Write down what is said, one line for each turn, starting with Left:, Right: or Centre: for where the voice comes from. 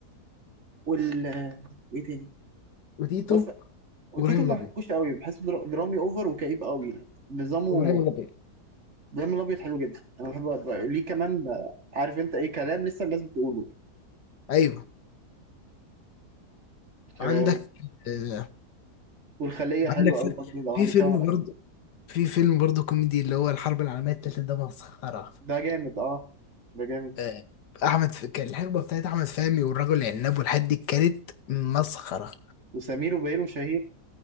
Right: وال ايه تاني
Left: وتيتو
Right: بس وتيتو
Left: وإبراهيم
Right: ما
Left: الأبيض
Right: بحبوش قوي بحسه در- درامي اوفر وكئيب قوي يعني نظامه
Left: وإبراهيم الأبيض
Right: دايما الابيض حلو جدا انا بحب أبقى- ليه كمان آه، عارف انت ايه كلام لسه الناس بتقوله
Left: أيوه
Right: آه،
Left: عندك آه،
Right: والخليه
Left: عندك
Right: حلوه
Left: في
Right: قوي برضه لو
Left: في
Right: هنتكلم
Left: فيلم
Right: على الاكشن
Left: برضه في فيلم برضه كوميدي اللي هو الحرب العالمية التالتة ده مسخرة
Right: ده جامد اه ده جامد
Left: آه، أحمد ف... كان الحقبة بتاعت أحمد فهمي والرجل العناب والحاجات دي كانت مسخرة
Right: وسمير وبهير وشهير